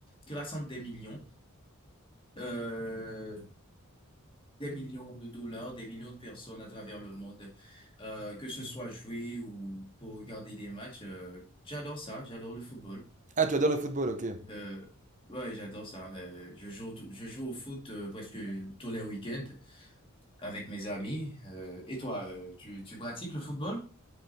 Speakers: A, on the left; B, on the right.
A: qui rassemble des millions, euh, des millions de dollars, des millions de personnes à travers le monde, euh, que ce soit jouer ou pour regarder des matchs. euh, j'adore ça, j'adore le football.
B: Ah, tu adores le football, ok.
A: Euh, ouais, j'adore ça. euh, je joue, je joue au foot, euh, presque tous les week-ends. avec mes amis. Euh, et toi, euh, tu, tu pratiques le football?